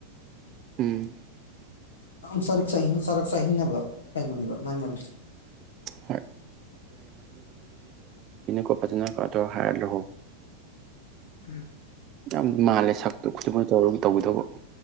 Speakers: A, on the right; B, on the left.
A: ꯎꯝ
B: ꯑꯗꯨꯝ ꯆꯥꯔꯛ-ꯆꯥꯍꯤꯡ ꯆꯥꯔꯛ-ꯆꯥꯍꯤꯡꯅꯕ ꯀ‌ꯩꯅ‌ꯣꯅ‌ꯦꯕ ꯃꯥꯏ ꯃꯃꯤꯠꯁꯤ
A: ꯍꯣꯏ ꯄꯣꯠ ꯐꯖꯅꯥ ꯇꯣ ꯍꯥꯏꯔ ꯂꯧꯍꯧ
B: <unintelligible>
A: ꯌꯥꯝ ꯃꯥꯜꯂꯦ ꯁꯛꯇꯨ ꯈꯨꯖꯨ ꯃꯨꯖꯨ ꯇꯧꯔꯒ ꯇꯩꯒꯗꯕ